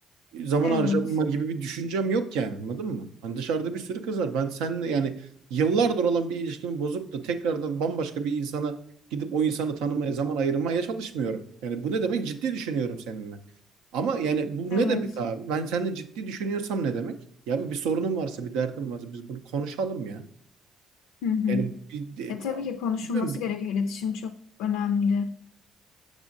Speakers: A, on the right; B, on the left.
A: zaman
B: Evet,
A: harcama gibi bir düşüncem yok yani anladın mı? Hani dışarıda bir sürü kız var. Ben seninle yani yıllardır olan bir ilişkimi bozup da tekrardan bambaşka bir insana gidip o insanı tanımaya, zaman ayırmaya çalışmıyorum. Yani bu ne demek? Ciddi düşünüyorum seninle. Ama yani bu
B: evet.
A: ne demek abi? Ben seninle ciddi düşünüyorsam ne demek? Ya bir, bir sorunum varsa, bir derdim varsa biz bunu konuşalım ya.
B: Hı hı.
A: Yani bir, de-
B: E tabii ki konuşulması
A: bilmiyorum,
B: gerekiyor. İletişim çok önemli.